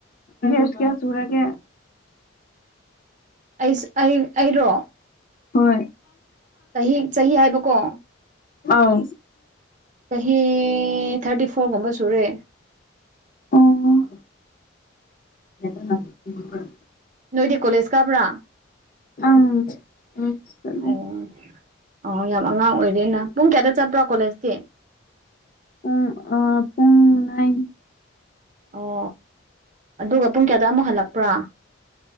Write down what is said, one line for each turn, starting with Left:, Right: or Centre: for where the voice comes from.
Left: ꯃꯦꯁ ꯀꯌꯥ ꯁꯨꯔꯒꯦ
Right: ꯑꯩꯁ ꯑꯩ ꯑꯩꯔꯣ
Left: ꯍꯣꯏ
Right: ꯆꯍꯤ ꯆꯍꯤ ꯍꯥꯏꯕꯀꯣ
Left: ꯑꯥꯎ
Right: ꯆꯍꯤ ꯊꯥꯔꯇꯤ ꯐꯣꯔꯒꯨꯝꯕ ꯁꯨꯔꯦ
Left: ꯑꯣ <unintelligible>
Right: ꯅꯣꯏꯗꯤ ꯀꯣꯂꯦꯖ ꯀꯥꯕ꯭ꯔꯥ
Left: ꯑꯪ ꯆꯠꯂꯦ
Right: ꯑꯣ ꯑꯣ ꯌꯥꯝ ꯑꯉꯥꯡ ꯑꯣꯏꯔꯦꯅ ꯄꯨꯡ ꯀꯌꯥꯗ ꯆꯠꯄ꯭ꯔꯣ ꯀꯣꯂꯦꯖꯇꯤ
Left: ꯄꯨꯡ ꯑꯥ ꯄꯨꯡ ꯅꯥꯏꯟ
Right: ꯑꯣ ꯑꯗꯨꯒ ꯄꯨꯡ ꯀꯌꯥꯗ ꯑꯃꯨꯛ ꯍꯜꯂꯛꯄ꯭ꯔ